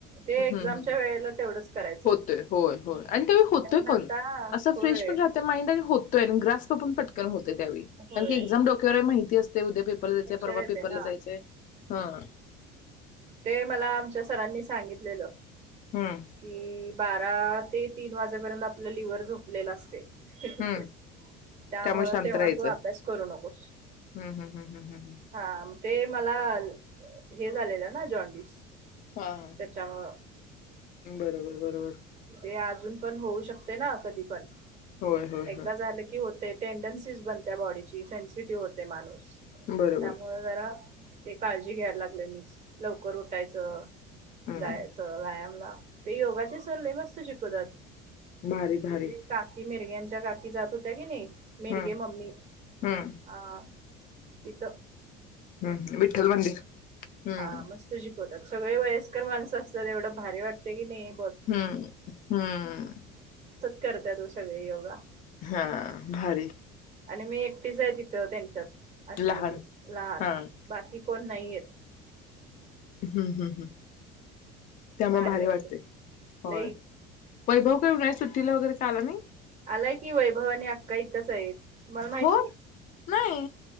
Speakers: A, on the right; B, on the left.
A: ते
B: हु
A: एक्झामच्या
B: हम्
A: वेळेला तेवढंच करायचो
B: होतय होय होय आणि त्यावेळी
A: कारण
B: होतय पण
A: आता
B: अस
A: होय
B: फ्रेश पण राहतय माईंड आणि ग्रास्प उठून पटकन होतय ते त्यावेळी कारण
A: होय
B: की एक्साम डोक्यावर आहे माहित तेच ते उद्या पेपर
A: लेक्चर
B: ला जायचंय परवा
A: येते
B: पेपर
A: ना
B: ला जायचय हां
A: ते मला आमच्या सरांनी सांगितलेलं
B: हं,
A: की बारात ते तीन, वाजेपर्यंत आपल लिव्हर झोपलेल असतय. <unintelligible>
B: हं
A: त्यामुळ
B: त्यामुळे शांत
A: तेव्हा
B: राहायचं.
A: तू अभ्यास करू नकोस
B: हं, हं, हं, हं, हं, हं.
A: हा ते मला हे झालेल ना? जाॅंडीस
B: हां
A: त्याच्यामुळ
B: बरोबर, बरोबर.
A: ते अजून पण होऊ, शकते ना कधीपण.
B: होय, होय,
A: एकदा
B: होय.
A: झाल की होतय टेंडन्सीस, बनत्या बॉडीची सेन्सिटिव्ह होतय माणूस.
B: बरोबर.
A: त्यामुळ जरा ते काळजी घ्यायला लागले मीच लवकर उठायचं
B: हं
A: जायच व्यायामला ते योगाचे सर लय मस्त शिकवतात
B: भारी, भारी.
A: ती काकी मिरग्यांची त्या काकी, जात होत्या की नाई. मिरगे
B: हं,
A: मम्मी
B: हं,
A: आ तिथ
B: हं विठ्ठल मंदिर हं
A: हा <unintelligible> सगळे वयस्कर माणस असतात एवढ भारी वाटाय की नाय
B: हं हं
A: करत्यातच सगळे योगा
B: हां भारी
A: आणि मी एकटीच आहे तिथ त्यांच्यात अशी,
B: लहान.
A: म्हणजे लहान.
B: हां,
A: बाकी कोण नायेत
B: हुं हुं हुं त्यामुळे
A: भारी
B: भाडे
A: वाटत
B: वाढते होय
A: लई
B: वैभव काय उन्हाळ्या सुट्टीला वगैरे <unintelligible>
A: आलाय की वैभव आणि अक्का इथंच आहेत तुम्हाला माहित
B: हो नाही!